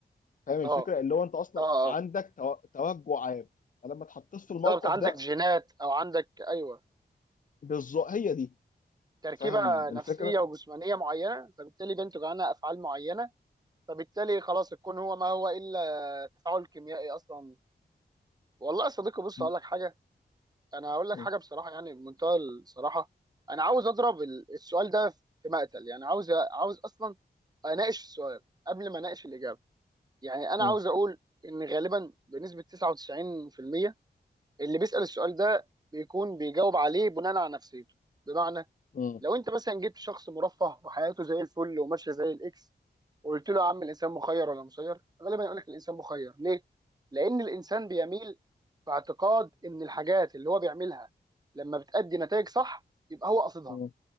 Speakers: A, on the left; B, on the right.
A: فاهم الفكرة
B: اه
A: اللي هو انت اصلا
B: اه
A: عندك
B: اه
A: تو- توجع عام فلما اتحطيت في الموقف
B: بالظبط عندك
A: ده
B: جينات او عندك ايوه
A: بالظبط هي دي
B: تركيبة
A: فاهم
B: نفسية
A: الفكرة؟
B: وجسمانية معينة فبالتالي بينتج عنها افعال معينة فبالتالي خلاص الكون هو ما هو الا تفاعل كيميائي اصلا والله يا صديقي بص
A: م-
B: اقول لك حاجة انا هقول لك
A: م-
B: حاجة بصراحة يعني بمنتهى الصراحة انا عاوز اضرب ال- السؤال ده في مقتل يعني عاوز عاوز اصلا اناقش السؤال قبل ما اناقش الإجابة يعني انا
A: م-
B: عاوز اقول ان غالبا بنسبه 99% اللي بيسال السؤال ده بيكون بيجاوب عليه بناء على نفسيته بمعنى
A: م-
B: لو انت مثلا جبت شخص مرفه وحياته زي الفل وماشيه زي الاكس وقلت له يا عم الانسان مخير ولا مسير غالبا يقول لك الانسان مخير ليه لان الانسان بيميل في اعتقاد ان الحاجات اللي هو بيعملها لما بتأدي نتائج صح يبقى هو قصدها
A: م-